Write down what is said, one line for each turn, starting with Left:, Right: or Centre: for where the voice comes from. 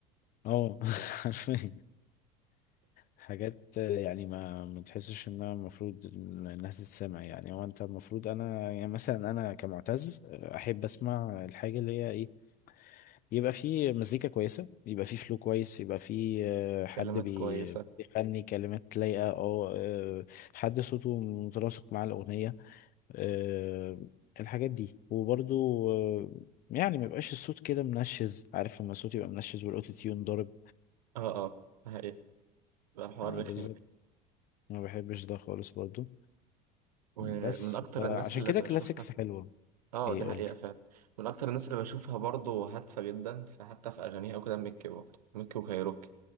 Left: اه <laughs> حرفيا حاجات يعني ما ما تحسش انها المفروض انها تتسمع يعني هو انت المفروض انا يعني مثلا انا كمعتز احب اسمع الحاجة اللي هي ايه يبقى في مزيكا كويسة يبقى في فلو كويس يبقى في آه، حد
Right: كلمات
Left: بي-
Right: كويسه
Left: بيغني كلمات لايقة أو آه، حد صوته متناسق مع الأغنية آه، الحاجات دي وبرضو آه، يعني ما يبقاش الصوت كده منشز عارف لما الصوت يبقى منشز والأوتو تيون ضارب
Right: اه اه ده حقيقه بقى حوار
Left: آه،
Right: رخم
Left: بالظبط ما بحبش ده خالص برضو
Right: ومن
Left: بس
Right: اكتر
Left: آه،
Right: الناس
Left: عشان
Right: اللي
Left: كده
Right: بشوفها
Left: كلاسيكس حلوة
Right: اه
Left: ايه
Right: ده
Left: قولي
Right: حقيقه فعلا من اكتر الناس اللي بشوفها برضه هادفه جدا فحتى في اغانيها وكده ميكي برضه ميكي وكايروكي